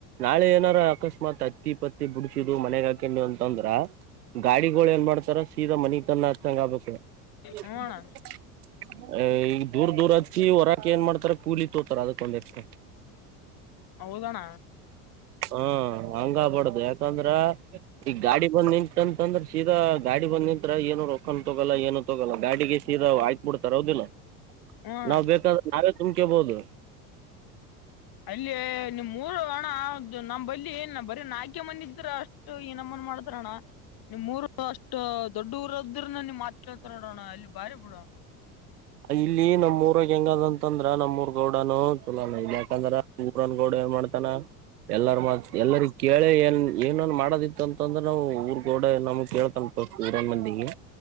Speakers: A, on the right; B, on the left.
A: ನಾಳೆ ಏನಾರ ಅಕಸ್ಮಾತ್ ಅತ್ತಿ ಪತ್ತಿ ಬಿಡಸಿದು ಮನೆಗಾಗ ಅಂತಂದ್ರ ಗಾಡಿಗಳು ಏನ್ ಮಾಡ್ತಾರ ಸೀದಾ ಮನಿಗ್ ತಂದ್ ಚಂಗಾ ಬಕ್ಕೆ <unintelligible>
B: ಹ್ಮ ಅಣ್ಣ
A: ಅ ಈ ದೂರ್ ದೂರ ಹದಕಿ ಹೊರಾಕ ಏನ್ ಮಾಡ್ತಾರ ಕೂಲಿ ತೋತಾರ ಅದಕ್ಕೊಂದೆಷ್ಟ
B: ಹೌದಣ್ಣ
A: ಹ್ಮ್ ಹಂಗ ಆಗ್ಬರ್ದು ಯಾಕಂದ್ರ ಈಗ ಗಾಡಿ ಬಂದ್ ನಿಂತಂತಂದ್ರ ಸೀದಾ ಗಾಡಿ ಬಂದ್ ನಿಂತ್ರ ಏನು ರೊಕ್ಕನ್ ತೊಗೋಲ್ಲ ಏನು ತೊಗೋಲ್ಲ ಗಾಡಿಗೆ ಸೀದಾ ಆಯ್ತ ಬಿಡ್ತಾರ ಹೌದಿಲ್ಲ
B: ಹ್ಮ ಅಣ್ಣ
A: ನಾವ್ ಬೇಕಾದ್ರೆ ನಾವೇ ತುಂಬ್ಕೇಬಹುದು
B: ಅಲ್ಲಿ ನಿಮ್ ಊರು ಹಣ ನಮ್ ಬಲ್ಲಿ ಏ ಬರ ಹಾಕ ಹಾಕೇಬಂದಿದ್ರೆ ಅಷ್ಟು ಏನಮ್ಮನ್ ಮಾಡತಾರಣ್ಣ ನಿಮ್ಮ್ ಊರು ಅಷ್ಟು ದೊಡ್ಡ ಊರದರು ನಿಮ್ ಮಾತ್ ಕೇಳ್ತಾರ ನೋಡೋಣ ಅಲ್ಲಿ ಬಾರಿ ಬಿಡೋಣ
A: ಇಲ್ಲಿ ನಮ್ಮ್ ಊರಾಗ ಹೆಂಗದಂತಂದ್ರ ನಮ್ಮ್ೂರ್ ಗೌಡನು ಚಲೋಾನ ಇಲ್ಲ ಯಾಕಂದ್ರ ನಮ್ಮೂರನ್ ಗೌಡನು ಏನ್ ಮಾಡ್ತಾನ ಎಲ್ಲಾರ ಮಾತ್ ಎಲ್ಲರಿ ಕೇಳಿ ಏನ್ ಏನನ್ ಮಾಡೋದಿತ್ತು ಅಂತಂದ್ರೆ ನಾವು ಊರ್ ಗೌಡ ನಮಗ್ ಕೇಳ್ತ ಊರನ್ ಮಂದಿಗೆ